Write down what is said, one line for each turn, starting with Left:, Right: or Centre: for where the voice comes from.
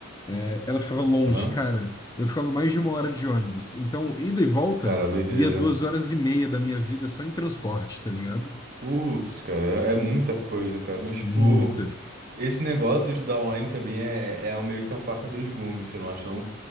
Left: é, ela ficava longe,
Right: Aham.
Left: cara. Eu ficava mais de uma hora de ônibus. Então, ida e volta,
Right: Cara, doideira.
Left: ia duas horas e meia da minha vida só em transporte, tá ligado?
Right: Putz, cara, é é muita coisa, cara. Mas, tipo.
Left: Muita.
Right: Esse negócio de estudar online também é, é um meio que uma faca dos gumes, você não acha não?